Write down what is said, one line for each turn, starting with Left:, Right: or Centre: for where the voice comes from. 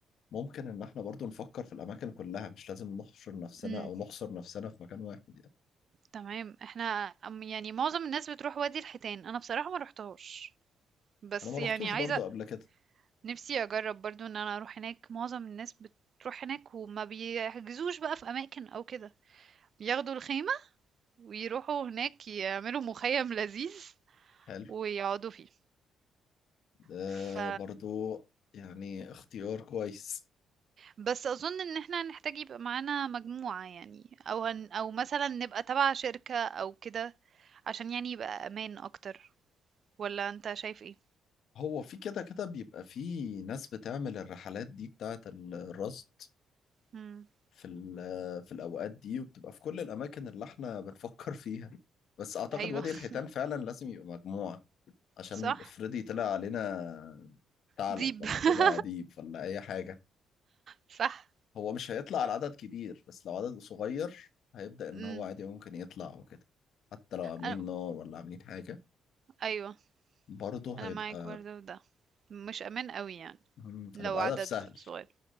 Left: ممكن ان احنا برضو نفكر في الاماكن كلها مش لازم نحشر نفسنا
Right: امم
Left: او نحصر نفسنا في مكان واحد يعني
Right: تمام احنا أم- يعني معظم الناس بتروح وادي الحيتان انا بصراحة ما روحتهاش بس
Left: انا ما
Right: يعني
Left: روحتوش
Right: عايزة
Left: برضو قبل كده
Right: نفسي اجرب برضو ان انا اروح هناك معظم الناس بتروح هناك وما بيحجزوش بقى في اماكن او كده ياخدوا الخيمة ويروحوا هناك يعملوا مخيم لذيذ
Left: حلو
Right: ويقعدوا فيه
Left: ده
Right: ف
Left: برضو يعني اختيار كويس
Right: بس اظن ان احنا هنحتاج يبقى معانا مجموعة يعني او هن او مثلا نبقى تبع شركة او كده عشان يعني يبقى امان اكتر ولا انت شايف ايه
Left: هو في كده كده بيبقى في ناس بتعمل الرحلات دي بتاعت الرصد
Right: امم
Left: في ال- في الأوقات دي وبتبقى في كل الأماكن اللي احنا بنفكر فيها بس أعتقد
Right: ايوه
Left: وادي
Right: <laughs>
Left: الحيتان فعلا لازم يبقى مجموعة عشان
Right: صح
Left: افرضي طلع علينا ثعلب
Right: ديب
Left: ولا
Right: <laughs>
Left: طلع عديب ولا أي حاجة
Right: صح
Left: هو مش هيطلع على عدد كبير بس لو عدد صغير هيبدأ إن
Right: امم
Left: هو عادي ممكن يطلع وكده حتى لو عاملين
Right: أنا...
Left: نار ولا عاملين حاجة
Right: ايوه
Left: برضه
Right: انا
Left: هيبقى
Right: معاك برضه في ده مش امان قوي يعني
Left: مم،
Right: لو
Left: هنبقى
Right: عدد
Left: هدف سهل
Right: صغير